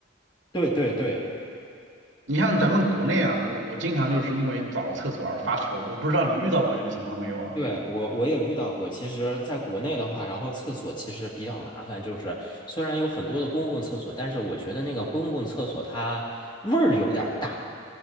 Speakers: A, on the left; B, on the right.
A: 对对对，
B: 你看咱们国内啊，我我经常就是因为找厕所而发愁，我不知道你遇到过这个情况没有啊？
A: 对，我我也遇到过。其实，在国内的话，然后厕所其实比较麻烦，就是虽然有很多的公共厕所，但是我觉得那个公共厕所它味儿有点儿大。